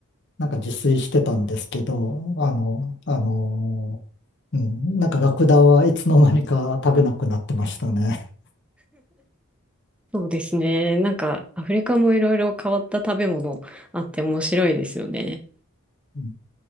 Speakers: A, on the left (about 55°); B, in the centre.
A: なんか自炊してたんですけど、あの、あのーうん、なんかラクダはいつの間にか食べなくなってましたね。
B: そうですね。なんか、アフリカもいろいろ変わった食べ物あって面白いですよね。
A: <laughs>